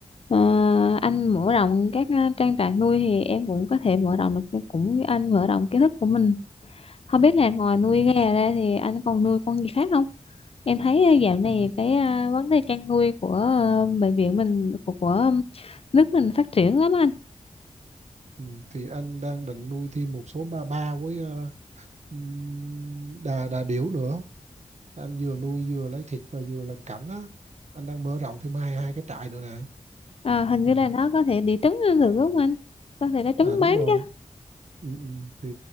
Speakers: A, on the left (about 50°); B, on the right (about 65°).
A: Ờ, anh mở rộng các ờ, trang trại nuôi thì em cũng có thể mở rộng được cái- cũng như anh mở rộng kiến thức của mình không biết là ngoài nuôi
B: ừ.
A: gà ra thì anh còn nuôi con gì khác không em thấy ờ, dạo này
B: Ừ.
A: cái ờ, vấn đề chăn nuôi của ờ, bệnh viện mình của, của nước mình phát triển lắm anh
B: Ừ. thì anh đang định nuôi thêm một số ba ba với ờ, ừm, đà đà điểu nữa anh vừa nuôi vừa lấy thịt và vừa làm cảnh á anh đang mở rộng thêm hai hai cái trại nữa nè
A: Ờ, hình như
B: ừ.
A: là nó có thể đẻ trứng lên được đúng không anh? Có thể đẻ trứng
B: à đúng
A: bán
B: rồi
A: chứ.
B: ừ, ừ. thì